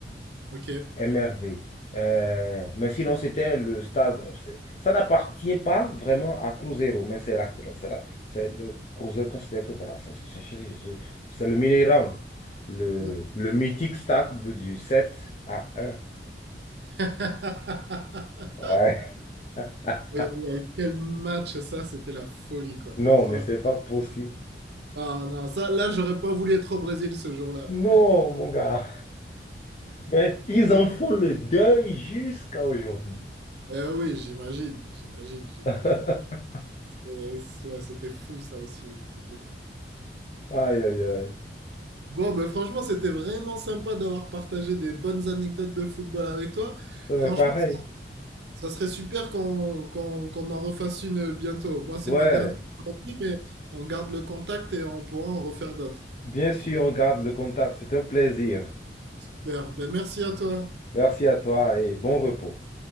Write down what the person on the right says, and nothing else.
ok.
Ouais.
<laughs>
Oui, oui, oui. Quel match ça, c'était la folie quoi.
Oh,
là-
non, non, ça, là, j'aurais pas voulu être au Brésil ce jour-là.
<laughs>
Eh oui, j'imagine, j'imagine, j'imagine.
Et c- ouais, c'était fou ça aussi. C'était fou.
Bon, ben franchement, c'était vraiment sympa d'avoir partagé des bonnes anecdotes de football avec toi.
Franchement.
Ça serait super qu'on qu'on qu'on en refasse une bientôt. Moi, c'est
ma dernière aujourd'hui, mais on garde le contact et on pourra en refaire d'autres.
Super. Ben, merci à toi.